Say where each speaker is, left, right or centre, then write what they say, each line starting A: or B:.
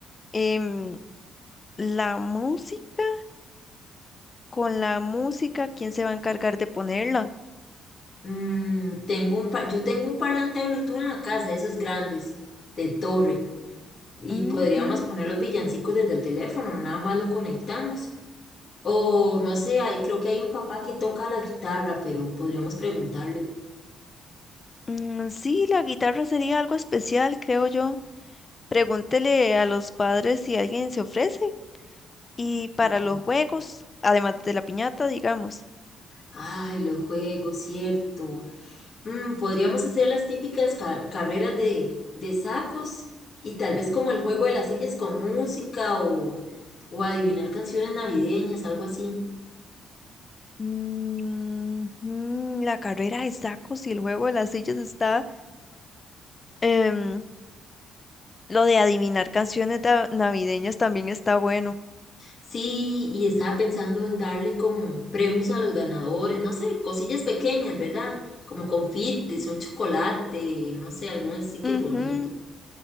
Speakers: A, on the left; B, on the left.
A: Em, la música, con la música, ¿quién se va a encargar de ponerla?
B: Mm, tengo un pa- yo tengo un parlante de Bluetooth en la casa, esos grandes, de torre. y
A: Ujú.
B: podríamos poner los villancicos desde el teléfono, no nada más lo conectamos. O no sé, ahí creo que hay un papá que toca la guitarra, pero podríamos preguntarle.
A: Mm, sí, la guitarra sería algo especial, creo yo. Pregúntele a los padres si alguien se ofrece. Y para
B: Mm,
A: los juegos, además de la piñata, digamos.
B: Ay, los juegos, cierto. Mm, podríamos hacer las típicas ca- carreras de, de sacos y tal vez como el juego de las sillas con música o, o adivinar canciones navideñas, algo así.
A: Mm, mm, la carrera de sacos y el juego de las sillas está... em, Lo de adivinar canciones da- navideñas también está bueno.
B: Sí, y estaba pensando en darle como premios a los ganadores, no sé, cosillas pequeñas, ¿verdad? Como confites, un chocolate, no sé, algún sticker
A: Ujú.
B: bonito.